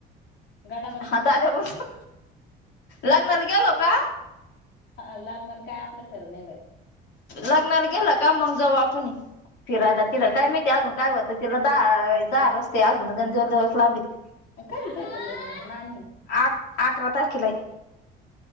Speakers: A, on the left (about 65°); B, on the left (about 85°).
A: गडावर का
B: हा दाद्या बसू लग्नाला गेलो का?
A: लग्नाला काय आपलं खरं नाही बाई
B: लग्नाला गेलं का मग जाऊ आपण फिरायला तिला काय माहिती अजून काय होत तिला दा दा रस्ते अजून गंधीवर दिवस लांविती
A: कधीच आहे ते लग्न नाणी
B: आ अकरा तारखेलाय